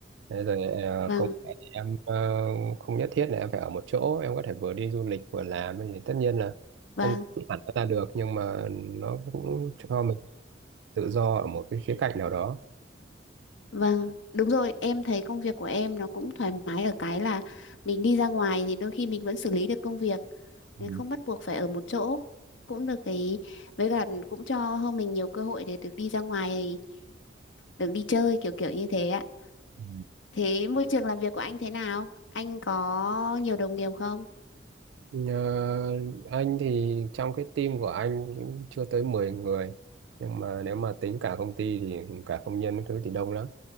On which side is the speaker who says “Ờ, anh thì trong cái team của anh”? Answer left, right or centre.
Right